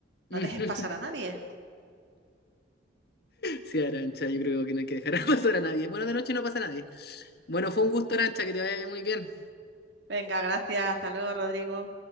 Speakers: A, on the right (about 65°); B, on the left (about 55°).
A: No
B: <laughs>
A: dejes pasar a nadie.
B: Sí, Arancha, yo creo que no hay que dejar <laughs> pasar a nadie. Bueno, de noche no pasa a nadie. Bueno, fue un gusto, Arancha, que te vaya muy bien.
A: Venga, gracias. Hasta luego, Rodrigo.